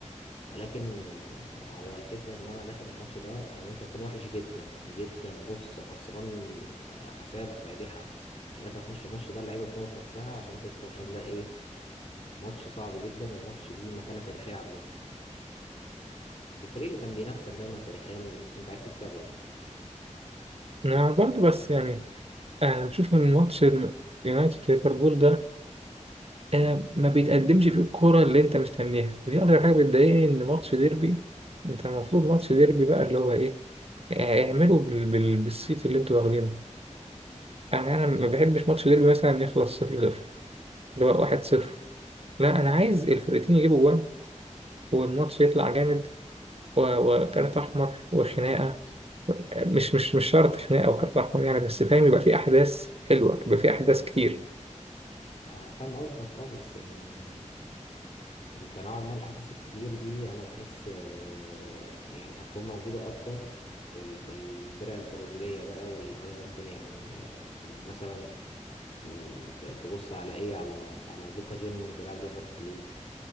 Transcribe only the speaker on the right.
أنا برضه بس يعني انا بشوف ان ماتش يونايتد ليفربول ده آه، ما بيتقدمش فيه الكوره اللي انت مستنيها ودي اكتر حاجه بتضايقني ان ماتش ديربي انت المفروض ماتش ديربي بقى اللي هو ايه اعملوا بال... بال... بالصيت اللي انتوا واخدينه يعني انا ما بحبش ماتش ديربي مثلا يخلص 0 0 اللي هو 1 0 لا انا عايز الفرقتين يجيبوا جوان والماتش يطلع جامد و... وكارت احمر وخناقه مش مش مش شرط خناقه وكارت احمر يعني بس فاهم يبقى في احداث حلوه يبقى في احداث كتير